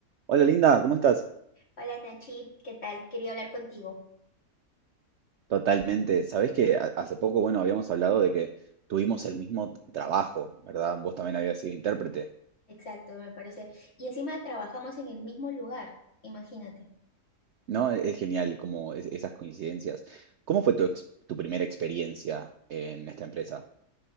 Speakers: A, on the right (about 65°); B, on the left (about 45°).
A: Hola Linda, ¿cómo estás?
B: Hola Nachi, ¿qué tal? Quería hablar contigo.
A: Totalmente. Sabés que ha- hace poco, bueno, habíamos hablado de que tuvimos el mismo trabajo, ¿verdad? Vos también habías sido intérprete,
B: Exacto, me parece. Y encima trabajamos en el mismo lugar, imagínate.
A: ¿no? E- Es genial como es- esas coincidencias. ¿Cómo fue tu, ex- tu primera experiencia en esta empresa?